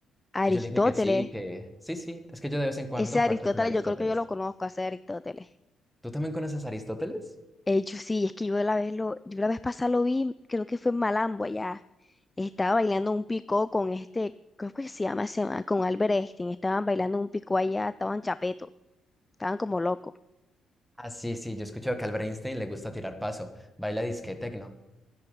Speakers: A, in the centre; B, on the left.
A: Y
B: Aristóteles.
A: yo le dije que sí, que sí, sí, es que yo de vez en cuando
B: Ese Aristóteles,
A: parcho con Aristóteles.
B: yo creo que yo lo conozco, ese Aristóteles.
A: ¿Tú también conoces a Aristóteles?
B: Eh, yo sí, es que yo la vez lo, yo la vez pasada lo vi, creo que fue en Malambo allá. Estaba bailando un picó con este, creo que se llama, se llama, con Albert Einstein. Estaban bailando un picó allá, estaban chapeto, estaban como locos.
A: Ah, sí, sí, yo escucho que a Albert Einstein le gusta tirar paso, baila disque tecno.